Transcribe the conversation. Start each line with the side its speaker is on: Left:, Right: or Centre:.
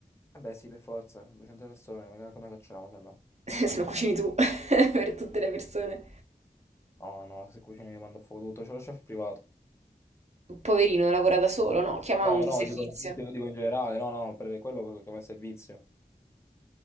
Left: Vabbè, sì, per forza. 200 persone. ma Come facciamo, se no?
Right: <laughs> se lo cucini tu, <laughs> per tutte le persone.
Left: No, no, se cucini io mando a fuoco tutto. C'è lo chef privato.
Right: Poverino, lavora da solo, no, chiama
Left: No,
Right: un servizio.
Left: no, dico, in dico in generale. No, no, per quello che che va in servizio.